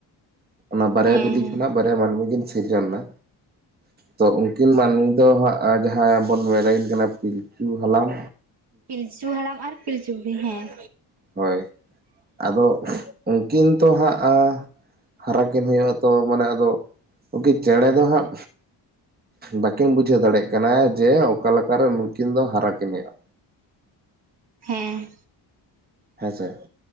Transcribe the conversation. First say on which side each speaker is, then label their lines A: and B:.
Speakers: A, on the right; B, on the right.
A: ᱚᱱᱟ ᱵᱟᱨᱭᱟ
B: ᱦᱮᱸ
A: ᱵᱤᱞᱤ
B: ᱦᱮᱸ
A: ᱠᱷᱚᱱᱟᱜ ᱵᱟᱨᱭᱟ ᱢᱟᱹᱱᱢᱤ ᱠᱤᱱ ᱥᱤᱨᱡᱚᱱ ᱮᱱᱟ ᱛᱚ ᱩᱱᱠᱤᱱ ᱢᱟᱹᱱᱢᱤ, ᱫᱚ ᱦᱟᱜ ᱡᱟᱸᱦᱟ ᱵᱚᱱ ᱢᱮᱱᱟ ᱠᱤᱱ ᱠᱟᱱᱟ ᱯᱤᱞᱪᱩ ᱦᱟᱲᱟᱢ᱾
B: ᱯᱤᱞᱪᱩ ᱦᱟᱲᱟᱢ ᱟᱨ ᱯᱤᱞᱪᱩ ᱵᱩᱰᱷᱤ ᱦᱮᱸ,
A: ᱦᱳᱭ ᱟᱫᱚ ᱩᱱᱠᱤᱱ ᱛᱚ ᱦᱟᱸᱜ, ᱦᱟᱨᱟ ᱠᱤᱱ ᱦᱩᱭᱩᱜ-ᱟ ᱛᱚ ᱢᱟᱱᱮ ᱟᱫᱚ ᱩᱱᱠᱤᱱ ᱪᱮᱸᱬᱮ ᱫᱚ ᱦᱟᱜ, ᱵᱟᱹᱠᱤᱱ ᱵᱩᱡᱷᱟᱹᱣ ᱫᱟᱲᱮᱭᱟᱜ ᱠᱟᱱᱟ ᱡᱮ ᱚᱠᱟᱞᱮᱠᱟᱨᱮ ᱱᱩᱠᱤᱱ ᱫᱚ ᱦᱟᱨᱟᱠᱤᱱ ᱦᱩᱭᱩᱜᱼᱟ᱾
B: ᱦᱮᱸ
A: ᱦᱮᱸᱥᱮ